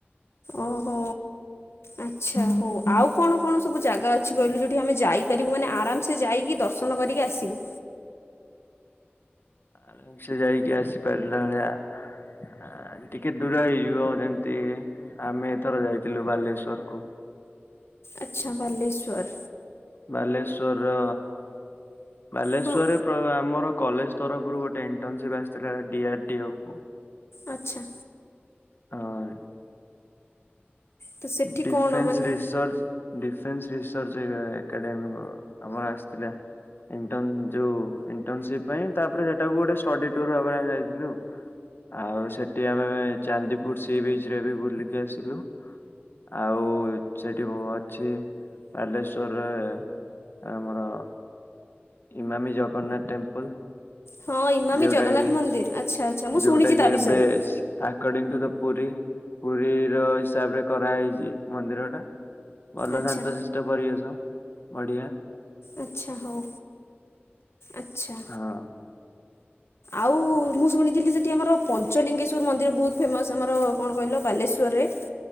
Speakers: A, on the left (about 85°); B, on the left (about 60°).
A: ଓହୋ ଆଛା ହଉ ଆଉ କଣ କଣ ସବୁ ଜାଗା ଅଛି କହିଲୁ ଯୋଉଠି ଆମେ ଯାଇପାରିବୁ ମାନେ ଆରାମସେ ଯାଇକି ଦର୍ଶନ କରିକି ଆସିବୁ।
B: ଆରାମ ସେ ଯାଇକି ଆସିପାରିଲା ଭଳିଆ ଟିକେ ଦୂର ହେଇଯିବ ଯେମତି ଆମେ ଏଥର ଯାଇଥିଲୁ ବାଲେଶ୍ଵର କୁ
A: ଆଚ୍ଛା ବାଲେଶ୍ଵର।
B: ବାଲେଶ୍ଵରର ବାଲେଶ୍ଵରରେ
A: ହଁ
B: ଆମର କଲେଜ ତରଫରୁ ଗୋଟେ ଇଣ୍ଟନସିପ ଆସିଥିଲା ଡି ଆର ଡି ଆଉ କ
A: ଆଚ୍ଛା।
B: ହଁ
A: ତ ସେଠି
B: ଡିଫେନ୍ସ
A: କ'ଣ ମାନେ
B: ରିସର୍ଚ୍ଚ ଡିଫେନ୍ସ ରିସର୍ଚ୍ଚ ଏକାଡେମୀ ଆମର ଆସିଥିଲା ଯ ଇଣ୍ଟନସିପ ପାଇଁ ତାପରେ ସେଟାକୁ ଗୋଟେ ଷ୍ଟଡି ଟୁରରେ ଭଳି ଯାଇଥିଲୁ ଆଉ ସେଠି ଆମେ ଚାନ୍ଦିପୁର ସି ବିଚରେ ବି ବୁଲିକି ଆସିଲୁ। ଆଉ ସେଠି ବହୁତ ଅଛି ବାଲେଶ୍ୱଵରରେ ଆମର। ଇମାମୀ ଜଗନ୍ନାଥ ଟେମ୍ପଲ
A: ହଁ ଇମାମି
B: ଯୋଉଟା
A: ଜଗନ୍ନାଥ
B: କି
A: ମନ୍ଦିର ଆଚ୍ଛା ଆଚ୍ଛା ମୁଁ ଶୁଣିଛି
B: ଯୋଉଟା
A: ତା
B: କି
A: ବିଷୟରେ
B: ଏବେ according to the Puri Puri ର ହିସାବରେ କରାହେଇଛି ମନ୍ଦିର ଟା ଭଲ
A: ଆଚ୍ଛା
B: ଶାନ୍ତଶିଷ୍ଟ ପରିବେଶ ବଢିଆ।
A: ଆଚ୍ଛା ହଉ। ଆଚ୍ଛା
B: ହଁ।
A: ଆଉ ମୁଁ ଶୁଣିଥିଲି ସେଠି ଆମର ପଞ୍ଚଲିଙ୍ଗେଶ୍ଵର ମନ୍ଦିର ବହୁତ ଫେମସ ଆମର କଣ କହିଲ ବାଲେଶ୍ୱରରେ।